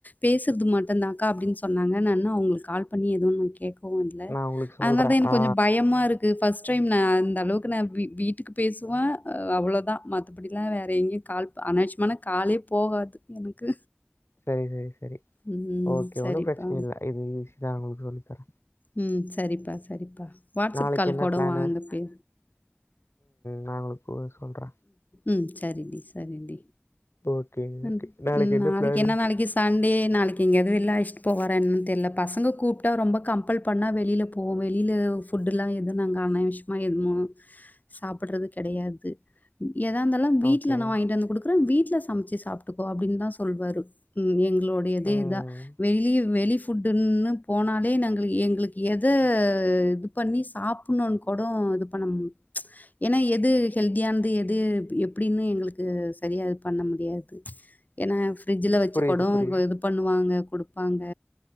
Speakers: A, on the left; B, on the left.
A: பேசுனுது மட்டுதாக்கா அப்டீனு சொன்னாங்க நான் இன்ன அவுங்குளுக்கு கால் பண்ணி எதுவு கேக் போல
B: நான் உங்களுக்கு
A: அதனால
B: சொல்றேன்.
A: தா எனக்கு
B: ஆ.
A: கொஞ்சோ பயமா இருக்கு ஃபஸ்ட் ஃப்ர்ஸ்ட் டைம் நா அந்த அளவுக்கு நா வீ வீட்டுக்கு பேசுவ அவ்ளோதா மத்த படிலா வேற எங்கேயு கால் அனா விஷயமாலா காலே போகாது எனக்கு
B: சரி சரி சரி
A: ம்.
B: ஓகே
A: சரிப்பா.
B: ஒன்னும் பிரச்சன இல்ல இது ஈஸி தா உங்களுக்கு சொல்லி தர
A: ம் சரிப் ப்பா சரிப்பா வாட்ஸ்அப்
B: நாளைக்கு
A: கால்
B: என்ன
A: கூட
B: பிளானு?
A: வாங்கப்ப
B: நா உங்களுக்கு சொல்ற
A: ம் சரி டி சரி டி
B: ஓகே,
A: ம்
B: ஓகே.
A: நாளைக்கு
B: பிளானு?
A: என்ன நாளைக்கு சண்டே நாளைக்கு எங்கயாது வெளில அழச்சிட்டு போவாறா என்னன்னு தெரியல பசங்க கூப்பிட்டா ரொம்ப கம்பல் பண்ணா வெளில போவோம் வெளில ஃபுட்டு லா எதும் நாங்க அனாவிஷ்யமா எதுவு சாப்புட்றது கெடையாது எதா இருந்தாலும் வீட்ல
B: ஓகே.
A: நா வாங்கிட்டு வந்து குடுக்குறே வீட் ட்ல சமச்சி சாப்ட்டுக்கோ அப்டின்னு தா சொல்லவாரு எங்க எங்களோடையதே
B: ம்.
A: இதா வெளியே வெளி ஃபுட்டுனு போனாலே நாங்க எங்களுக்கு எத இது பண்ணி சாப்பிடணும்னு கூட இது பண்ணும் ஏன்னா எது ஹெல்தியானது எது எப்டின்னு எங்ளுக்கு சரியா இது பண்ண முடியாது ஏன்னா பிரிட்ஜில வச்சுக்கொட
B: புரியுது, புரியுது.
A: இது பண்ணுவாங்க குடுப்பாங்க